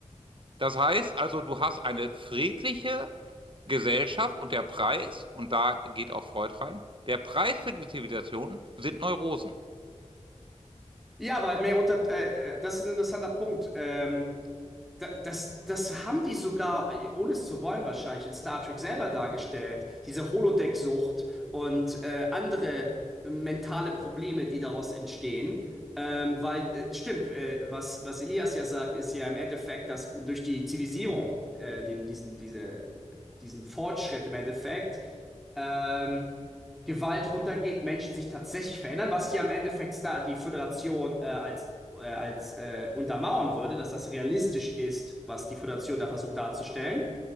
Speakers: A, on the right; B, in the centre.
A: Das heißt also, du hast eine friedliche Gesellschaft und der Preis, und da geht auch Freud rein, der Preis für die Zivilisation sind Neurosen.
B: Ja, aber mehr unter, äh, äh, das ist ein interessanter Punkt. Ähm, Da- Das, das haben die sogar, ohne es zu wollen wahrscheinlich, in Star Trek selber dargestellt. Diese Holodeck-Sucht und äh, andere mentale Probleme, die daraus entstehen. Ähm, weil, äh, stimmt, äh, was, was Elias ja sagt, ist ja im Endeffekt, dass durch die Zivilisierung, äh, den, diesen, diese, diesen Fortschritt im Endeffekt, ähm, Gewalt runtergeht, Menschen sich tatsächlich verändern, was ja im Endeffekt da die Föderation äh, als, äh, als äh, untermauern würde, dass das realistisch ist, was die Föderation da versucht darzustellen.